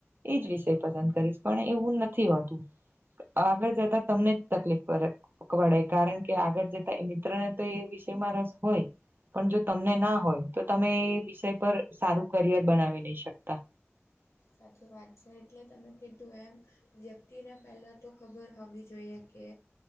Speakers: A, on the right (about 50°); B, on the left (about 80°).
A: એજ વિષય પસંદ કરીશ પણ એવું નથી હોતું આગળ જતા તમને જ તકલીફ પડે પકવાડાય કારણ કે આગળ જતા એ મિત્રને તો એ વિષયમાં રસ હોય પણ જો તમને ના હોય તો તમે એ વિષય પર સારું કરિયર બનાવી નહી શકતા
B: સાચી વાત છે એટલે તમે કીધું એમ વ્યક્તિને પહેલા તો ખબર હોવી જોઈએ કે